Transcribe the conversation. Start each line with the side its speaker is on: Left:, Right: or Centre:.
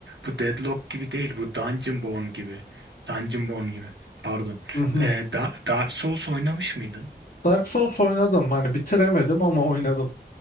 Right: bu Deadlock gibi değil. Bu Dungeon Born gibi. Dungeon Born gibi. Pardon.
Left: Hı hı.
Right: Ee, Da- Dark Souls oynamış mıydın?
Left: Dark Souls oynadım. Hani bitiremedim ama oynadım.